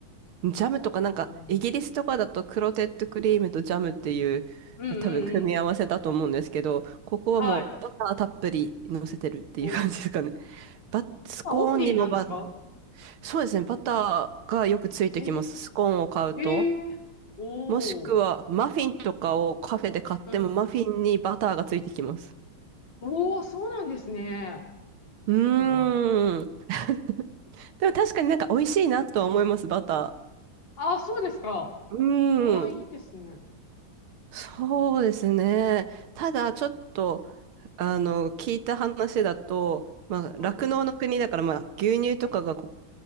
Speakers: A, on the right (about 85°); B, on the left (about 60°).
A: ジャムとかなんか、
B: なんだ。うん
A: イギリスとかだとクロテッドクリームとジャムっていう、
B: うんうん。
A: 多分組み合わせだと思うんですけど、ここはもうバターたっぷり乗せてるっていう感じですかね。
B: はい。お、
A: バ、スコーンにもバ、
B: あ、オンリーなんですか
A: そうですね、バターがよくついてきます。
B: へえ、
A: スコーンを買うと。
B: へえ、おー。
A: もしくはマフィンとかをカフェで買ってもマフィンにバターがついてきます。
B: うん。おー、そうなんですね。
A: うーん。
B: いいな。
A: <laughs> でも確かになんか美味しいなとは思います、バタ
B: あーそうですか。
A: ー。う
B: ああ、いいですね。
A: ーん。そうですね。ただ、ちょっと、あの、聞いた話だと、まあ、酪農の国だから、
B: うん。
A: まあ、牛乳とかがこ